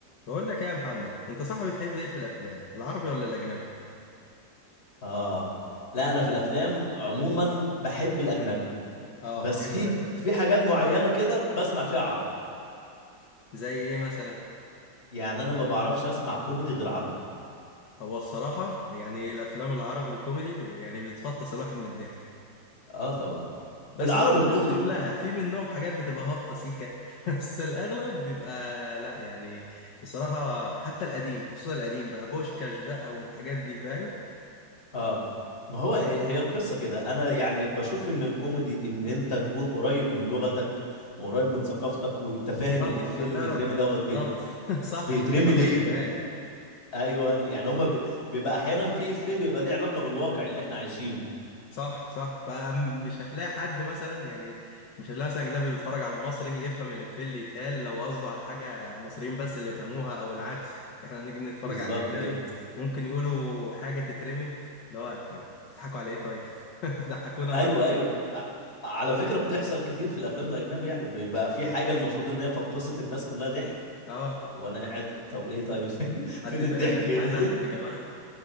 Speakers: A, on the left (about 80°); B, on the left (about 60°).
A: بقول لك ايه يا محمد انت صح بتحب ايه في الافلام العربي ولا الاجنبي
B: اه لا انا في الافلام عموما بحب الاجنبي
A: اه
B: بس
A: حلو
B: في
A: ده
B: في حاجات معينه كده بسمع فيها عربي
A: زي ايه مثلا
B: يعني انا ما بعرفش اسمع كوميدي غير عربي
A: هو الصراحه يعني الافلام العربي الكوميدي بي- يعني بتفطس الواحد من الضحك
B: اه طبعا
A: بس
B: العربي
A: برضه
B: الكوميدي
A: مش كلها في منهم حاجات بتبقى هابطه سيكه <laughs> بس الاغلب بيبقى لا يعني الصراحه حتى القديم خصوصا القديم بقى بوشكاش بقى والحاجات دي فاهم
B: اه ما هو هي هي القصه كده انا يعني بشوف ان الكوميدي ان انت تكون قريب من لغتك وقريب من ثقافتك وانت فاهم
A: صح
B: الافيه
A: عشان
B: اللي
A: تعرف
B: بيترمي
A: بالظبط
B: دوت بيت...
A: <laughs> صح
B: بيترمي
A: عشان تفهم
B: ليه
A: الافيهات
B: ايوه يعني هما بي... بيبقى احيانا في افيه بيبقى ليه علاقه بالواقع اللي احنا عايشينه
A: صح صح فمش هتلاقي حد مثلا يعني مش هتلاقي مثلا اجنبي بيتفرج على مصري يفهم الافيه اللي يتقال لو قصده على حاجه مصريين بس اللي يفهموها او العكس احنا نيجي نتفرج
B: بالظبط
A: على الاجنبي
B: كده
A: ممكن يقولوا حاجه تترمي اللي هو يا جدعان بتضحكوا على ايه طيب <laughs> ضحكونا
B: ايوه
A: معاك
B: ايوه ع- على فكره بتحصل كتير في الافلام الاجنبي يعني بقى في حاجه المفروض ان هي فطست الناس كلها ضحك
A: اه
B: وانا قاعد طب ايه طيب <laughs> فين
A: حد
B: فين
A: يفهمنا
B: الضحك
A: يا جدعان
B: هنا
A: عايز اضحك يا جماعه